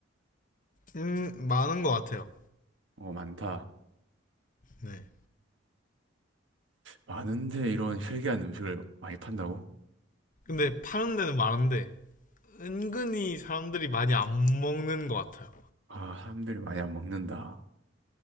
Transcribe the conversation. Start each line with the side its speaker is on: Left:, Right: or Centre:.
Left: 음, 많은 것 같아요.
Right: 어, 많다.
Left: 네.
Right: 많은데 이런 회개한 음식을 많이 판다고?
Left: 근데 파는 데는 많은데 은근히 사람들이 많이 안 먹는 것 같아요.
Right: 아, 사람들이 많이 안 먹는다.